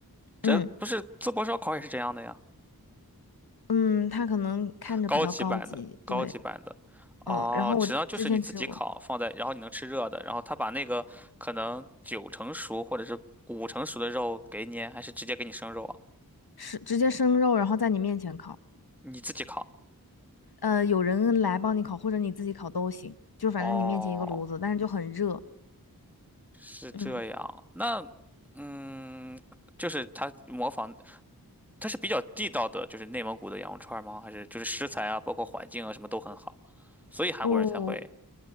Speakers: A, in the centre; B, on the left (about 85°).
A: 这不是淄博烧烤也是这样的呀，
B: 嗯嗯，它可能看着比较高级，
A: 高级版的高级版的。
B: 对，
A: 哦，
B: 嗯，然后我之前吃过，
A: 只要就是你自己烤，放在，然后你能吃热的，然后他把那个可能九成熟或者是五成熟的肉给你，还是直接给你生肉啊？
B: 是直接生肉，然后在你面前烤。
A: 你自己烤？
B: 呃，有人来帮你烤，或者你自己烤都行，就反正你面前一个炉子，
A: 哦，
B: 但是就很热。
A: 是这样。
B: 嗯，
A: 那嗯，就是它模仿，它是比较地道的，就是内蒙古的羊肉串吗？还是就是食材啊，包括环境啊，什么都很好，所以韩国人才会
B: 哦，